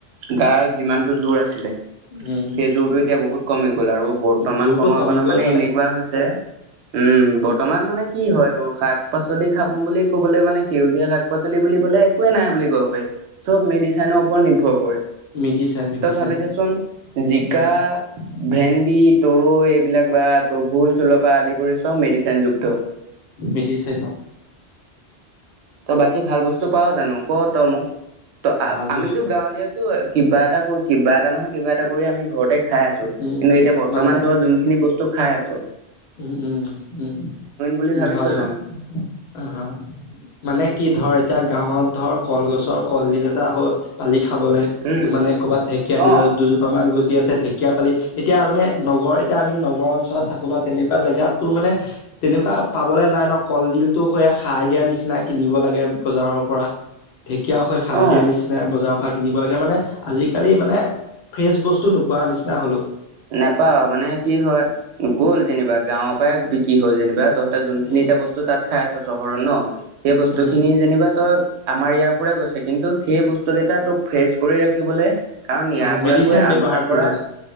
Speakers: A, on the right; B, on the left.
A: গাৰ যিমানটো জোৰ আছিলে।
B: উম
A: সেইযোৰটো এতিয়া বহুত কমি গ'ল, আৰু বৰ্তমান
B: উম, জোৰটো
A: সময়কণত
B: কমি গ'ল
A: মানে এনেকুৱা হৈছে উম বৰ্তমান মানে কি হয়, তোৰ শাক-পাচলি খাম বুলি ক'বলৈ মানে সেউজীয়া শাক- পাচলি বুলি কলে একোৱে নাই বুলি কব পাৰি, চব মেডিচেনৰ ওপৰত নিৰ্ভৰ।
B: মেডিচাইন মেডিচাইন
A: তই ভাবিছাচোন
B: অ
A: জিকা,
B: উম
A: ভেন্দি, তৰৈ এইবিলাক বা ভোল- চোলৰ পৰা আদি কৰি চব মেডিচিন যুক্ত।
B: মিলি চাই গওঁ। <unintelligible>
A: তই বাকী ভাল বস্তু পাওঁ জানো, ক তই মোক ত
B: ভাল
A: আমিতো
B: বস্তু
A: গাঁৱলীয়া ত কিবা এটা কৈ কিবা এটা নহয় কিবা এটা কিবা কৰি আমি ঘৰতে খাই আছো
B: উম
A: কিন্তু এতিয়া বৰ্তমান
B: মানে
A: ত যোন খিনি বস্তু খাই আছো।
B: উম উম উম
A: বুলি
B: উম
A: ভাবিছ
B: হয়
A: জানো?
B: অ। মানে কি ধৰ এতিয়া গাঁৱত ধৰ কলগছৰ কলডিল এটা হ'ল পালি খাবলে।
A: উম
B: মানে ক'ৰবাত ঢেকীয়া দু
A: অ
B: দুয বৰ্তমান গজি আছে ঢেকীয়া পালি এতিয়া মানে নগৰ এতিয়া আমি নগৰ অঞ্চলত থাকো ন? তেনেকুৱা জেগাত, তোৰ মানে, তেনেকুৱা পাবলৈ নাই ন'! কলডিলটো সাৰ দিয়া নিচিনা, কিনিব লাগে, বজাৰৰ পৰা। ঢেকীয়া হৈ, সাৰ
A: অ
B: দিয়া নিচ নাই বজাৰৰ পৰা কিনিব লাগে। মানে, আজিকালি মানে, ফ্ৰেচ বস্তু নোপোৱা নিচিনা হ'লোঁ।
A: নেপাওঁ। মানে, কি হয়! গ'ল যেনিবা, গাঁৱৰ পৰাই বিক্ৰী হ'ল যেনিবা তহঁতে যোনখিনি
B: উম
A: এতিয়া বস্তু তাত খাই আছ, চহৰৰত ন'? সেই বস্তু
B: উম
A: খিনি যেনিবা ত' আমাৰ ইয়াৰ পৰাই গৈছে। কিন্তু, সেই বস্তু কেইটা তোক, ফ্ৰেচ কৰি ৰাখিবলে, কাৰণ, ইয়াৰ
B: অ মেডিচাইন
A: পৰা গৈ,
B: ব্যৱহাৰ
A: আমাৰ
B: কৰিব
A: পৰা
B: লাগে